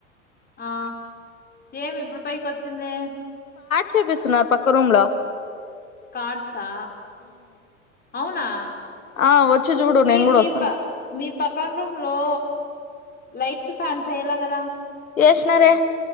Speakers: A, on the left; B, on the left.
A: ఆ ఏమి ఇప్పుడు పైకి వచ్చింది
B: చేపిసున్నారు పక్క రూమ్ లొ
A: కాడ్సా అవునా
B: ఆ వచ్చి చూడు
A: మీ
B: నేను కూడా
A: మీ
B: వస్తాను
A: ప మీ పక్కన రూమ్లో లైట్స్ ఫ్యాన్స్ అయ్యలా కదా
B: ఏష్నా రే